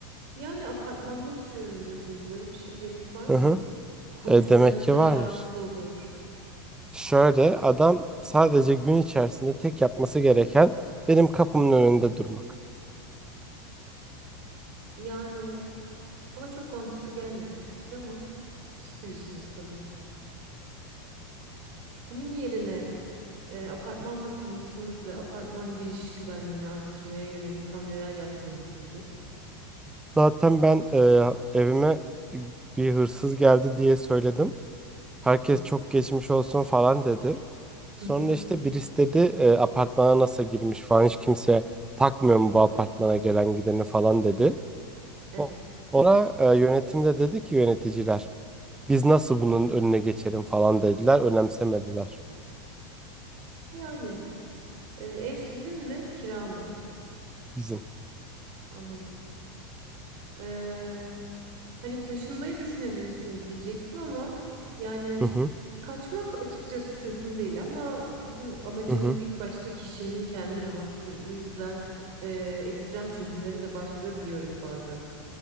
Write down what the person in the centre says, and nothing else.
Hı
hı.
E, demek ki
varmış.
Şöyle adam sadece gün içerisinde tek yapması gereken benim kapımın önünde durmak.
Zaten ben e, evime bir hırsız geldi diye söyledim. Herkes
çok geçmiş olsun falan dedi. Sonra
işte birisi dedi e, apartmana nasıl girmiş falan hiç kimse takmıyor mu bu apartmana gelen gideni falan dedi.
O- Ona e, yönetim de dedi ki yöneticiler. Biz nasıl bunun önüne geçelim falan dediler. Önemsemediler
bizim.
Hı hı.
Hı hı.